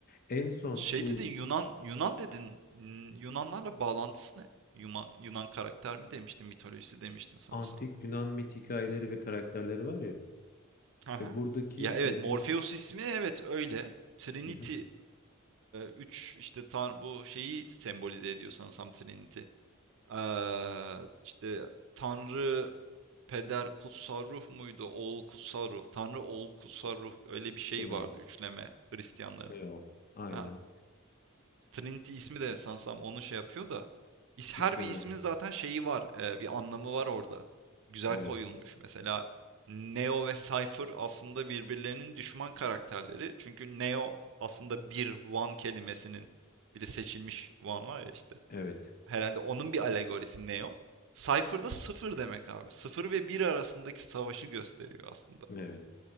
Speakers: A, on the left; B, on the right.
A: En son
B: Şey
A: bu
B: dedin Yunan Yunan dedin. Hmm, Yunanlarla bağlantısı ne? Yunan Yunan karakter mi demiştin, mitolojisi demiştin sanırsam.
A: antik Yunan mit hikayeleri ve karakterleri var ya.
B: Aha.
A: Ve buradaki
B: Ya evet
A: Mesih
B: Morpheus ismi evet öyle. Trinity
A: Hı hı.
B: 3 işte tan bu şeyi sembolize ediyor sanırsam Trinity. Eee, işte Tanrı Peder Kutsal Ruh muydu? Oğul Kutsal Ruh. Tanrı Oğul Kutsal Ruh öyle bir şey
A: Kenar
B: vardı üçleme Hristiyanların.
A: Ne o? Aynen.
B: Ha, Trinity ismi de sanırsam onu şey yapıyor da. is- Her
A: Üçleme.
B: bir ismin zaten şeyi var. e, bir anlamı var orada. Güzel
A: Evet.
B: koyulmuş. Mesela Neo ve Cypher aslında birbirlerinin düşman karakterleri. Çünkü Neo aslında bir One kelimesinin bir de seçilmiş One var ya işte.
A: Evet.
B: Herhalde onun bir alegorisi Neo. Cypher da sıfır demek abi. Sıfır ve bir arasındaki savaşı gösteriyor aslında.
A: Evet.